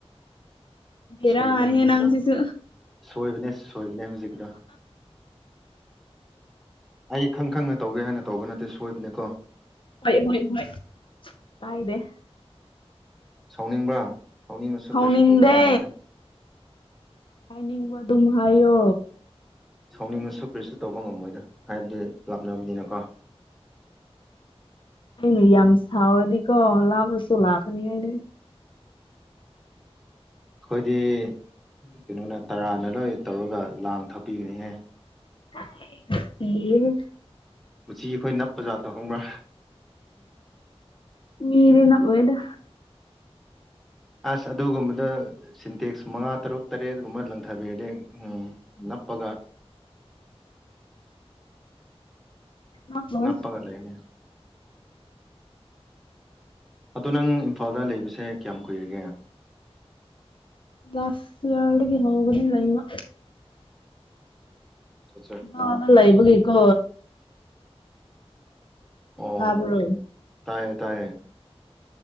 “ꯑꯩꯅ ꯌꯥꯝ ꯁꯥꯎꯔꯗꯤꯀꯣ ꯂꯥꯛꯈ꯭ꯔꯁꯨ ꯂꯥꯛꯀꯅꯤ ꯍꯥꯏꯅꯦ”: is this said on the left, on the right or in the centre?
Left